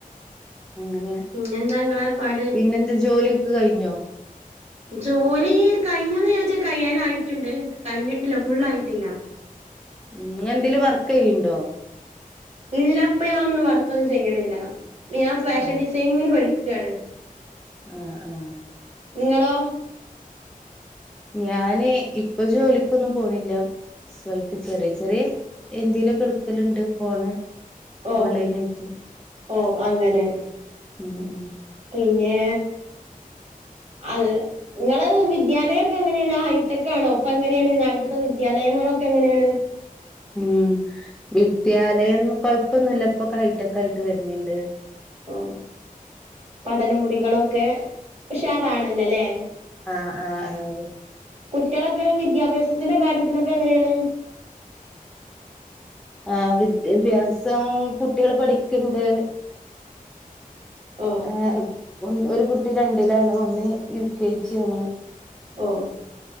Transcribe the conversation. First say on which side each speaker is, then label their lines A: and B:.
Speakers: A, in the centre; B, on the right.
A: അങ്ങനെ
B: പിന്നെന്താങ്ങളെ പാട്
A: പിന്നെന്ത് ജോലിയൊക്കെ കഴിഞ്ഞോ
B: ജോലി കഴിഞ്ഞന്ന് ചോദച്ചാൽ കഴ്യാനായിട്ടുണ്ട് കഴിഞ്ഞിട്ടില്ല ഫുള്ള് ആയിട്ടില്ല
A: ങ്ങളെന്തെലും വർക്ക് യ്യുണ്ടോ
B: ഇല്ലപ്പ ഞാൻൊന്നും വർക്കൊന്നും ചെയ്യണില്ല ഞാൻ ഫാഷൻ
A: ആ
B: ഡിസൈനിങ്ങിന് പഠിക്കയാണ്
A: ആഹ് ആഹ്
B: ഇങ്ങളോ?
A: ഞാന് ഇപ്പ ജോലിക്കൊന്നും പോണില്ല സ്വല്പ്പ ചെറിയ ചെറിയ എന്തേലുക്കെടുക്കലുണ്ട് പോണ്
B: ഓ
A: ഓൺലൈനായിട്ട്
B: ഓ അങ്ങനെ
A: ഉം ഉം
B: പിന്നെ അത് നിങ്ങള് വിദ്യാലയംക്കെ എങ്ങനെയാണ് ഹൈടെക്കാ ണോ പ്പ എങ്ങനെയാണ് നാട്ടിത്തെ വിദ്യാലയങ്ങളൊക്കെ എങ്ങനെയാണ്
A: ഉം വിദ്യാലയംന്ന കൊഴപ്പൊന്നുല്ലപ്പോക്ക ഹൈടെക് ആയിട്ട് വരുന്നിണ്ട്
B: ഓഹ് പഠനമുറികളൊക്കെ ഉഷാറാണല്ലോല്ലേ
A: ആഹ് ആഹ് ആഹ്
B: കുട്ടിളൊക്കെ വിദ്യാഭ്യാസത്തിന്റെ കാര്യത്തിലൊക്കെ എങ്ങനെയാണ്
A: ആഹ് വിദ്യാഭ്യാസം കുട്ടിയൾ പഠിക്കണ്ട്
B: ഓ
A: ആഹ് ഒരു കുട്ടി രണ്ടിലാണ് ഒന്ന് യു കെ ജി ആണ്
B: ഓഹ്